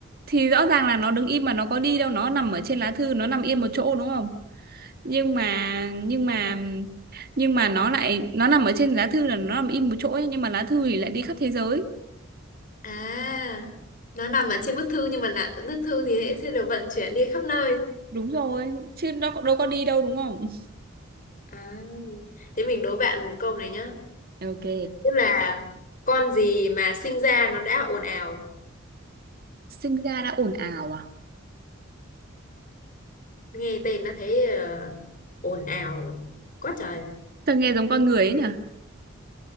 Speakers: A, on the right; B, on the left.
A: thì rõ ràng là nó đứng im mà nó có đi đâu nó nằm ở trên lá thư nó nằm yên một chỗ đúng không nhưng mà nhưng mà nhưng mà nó lại nó nằm ở trên lá thư là nó nằm im một chỗ ấy, nhưng mà lá thư thì lại đi khắp thế giới
B: à nó nằm ở trên bức thư nhưng mà là bức thư thì sẽ sẽ được vận chuyển đi khắp nơi
A: đúng rồi chứ nó có- đâu có đi đâu đúng không
B: à thế mình đố bạn một câu này nhá
A: ok
B: tức là con gì mà sinh ra nó đã ồn ào
A: sinh ra đã ồn ào à
B: nghe tên nó thấy ờ, ồn ào quá trời
A: sao nghe giống con người ấy nhỉ